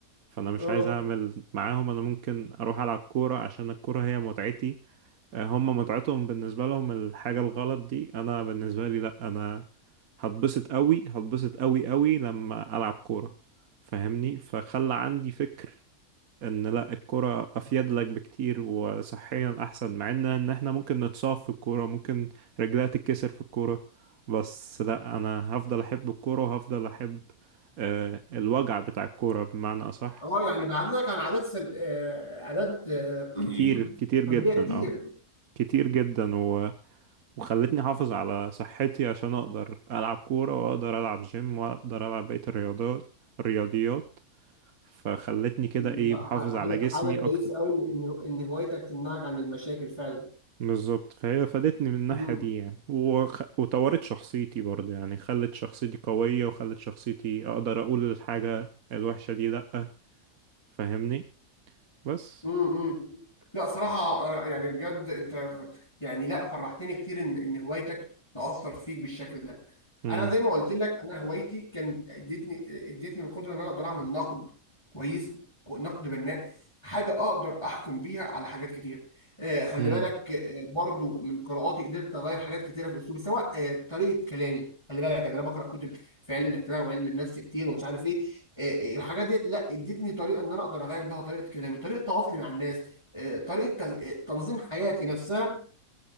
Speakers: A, on the right (about 80°); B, on the left (about 20°).
A: فانا مش
B: اه
A: عايز اعمل معاهم انا ممكن اروح العب كورة عشان الكورة هي متعتي آه، هم متعتهم بالنسبة لهم الحاجة الغلط دي أنا بالنسبة لي لأ أنا هتبسط أوي هتبسط أوي أوي لما ألعب كورة فاهمني فخلى عندي فكر إن لأ الكورة أفيد لك بكتير وصحيا أحسن مع إن إن إحنا ممكن نتصاب في الكورة ممكن رجلها تتكسر في الكورة بس لأ أنا هفضل أحب الكورة وهفضل أحب آه، الوجع بتاع الكورة بمعنى أصح
B: اه يعني بعدتك عن عادات سل... آه، عادات آه،
A: كتير كتير
B: <clears throat> سلبيه
A: جدا
B: كتير
A: اه كتير جدا وخلتني احافظ على صحتي عشان اقدر العب كورة واقدر العب جيم واقدر العب بقية الرياضات الرياضيات فخلتني كده
B: لا،
A: ايه بحافظ
B: ح-
A: على
B: حاجة
A: جسمي
B: حاجة
A: اكتر
B: كويسة أوي إن إن إن هوايتك تمنعك عن المشاكل فعلا
A: بالظبط فهي فادتني من الناحية
B: مم.
A: دي يعني وخ... وطورت شخصيتي برضو يعني خلت شخصيتي قوية وخلت شخصيتي اقدر اقول الحاجة الوحشة دي لأ فاهمني بس
B: مم. مم. لا صراحة أنا يعني بجد أنت يعني لا فرحتني كتير إن إن هوايتك تأثر فيك بالشكل ده
A: امم
B: انا زي ما قلت لك انا هوايتي كان ادتني ادتني القدره ان انا اقدر اعمل نقد كويس نقد بناء حاجه اقدر احكم بيها على حاجات كتير آه خلي
A: امم
B: بالك آه برضو من قراءاتي قدرت اغير حاجات كتيره في اسلوبي سواء آه طريقه كلامي خلي بالك يعني انا بقرا كتب في علم الاجتماع وعلم النفس كتير ومش عارف ايه آه آه، الحاجات دي لا ادتني طريقه ان انا اقدر اغير بيها طريقه كلامي طريقه تواصلي مع الناس آه طريقه تن- تنظيم حياتي نفسها